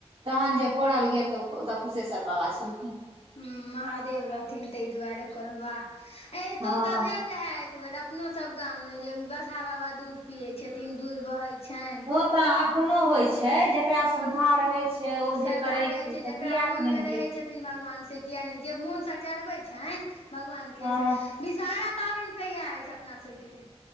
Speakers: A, on the right (about 55°); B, on the left (about 60°).
A: तहन जे कोरल गेल तऽ ओतऽ कुशेश्वर बाबा छलखिन।
B: हुँ महादेव रहथिन तैय दुआरे कह वाह एतो
A: हँ
B: तऽ भेल रहे एक बेर अपनो सब गाम मे जे बसहा बाबा दूध पिये छथिन दूध बहे छैन
A: ओ तऽ अखनो होइ छै। जेकरा श्रद्धा रहे छै ओ
B: श्रद्धा
A: जे करै
B: रहै
A: छै तऽ
B: जकरा
A: कियाक
B: मोन
A: नय
B: मे
A: हेतै
B: रहै छथिन भगवान से किया नय जे मोनसँ चढ़बै छैन भगवानकेँ
A: हँ
B: से विषहरा पाबैन कहिया होइ छै अपना सबकेँ